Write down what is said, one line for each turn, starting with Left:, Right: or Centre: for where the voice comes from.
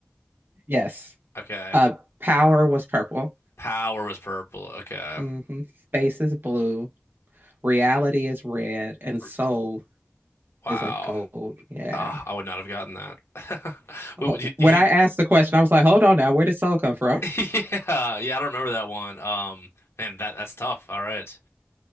Right: Yes.
Left: Okay.
Right: Uh, power was purple.
Left: Power was purple. Okay.
Right: hmm Space is blue. Reality is red, and
Left: R-
Right: soul
Left: Wow.
Right: is like gold. Yeah.
Left: Ah, I would not have gotten that. <laughs> What
Right: Oh,
Left: would you,
Right: When
Left: you think?
Right: I asked the question, I was like, "Hold on now, where did soul come
Left: <laughs>
Right: from?"
Left: Yeah, yeah, I don't remember that one. Um, man, that that's tough. All right.